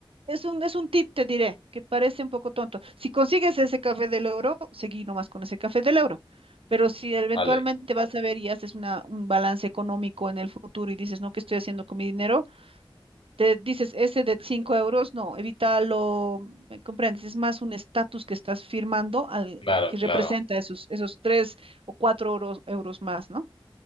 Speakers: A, on the right; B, on the left.
A: es un, es un tip, te diré, que parece un poco tonto. Si consigues ese café del euro, seguí nomás con ese café del euro. Pero si eventualmente
B: <laughs> vale.
A: vas a ver y haces una, un balance económico en el futuro y dices, no, ¿qué estoy haciendo con mi dinero? Te dices, ese de 5 euros, no, evítalo, ¿me comprendes? Es más un estatus que estás firmando al
B: Claro,
A: que representa
B: claro.
A: esos, esos 3 o 4 euros, euros más, ¿no?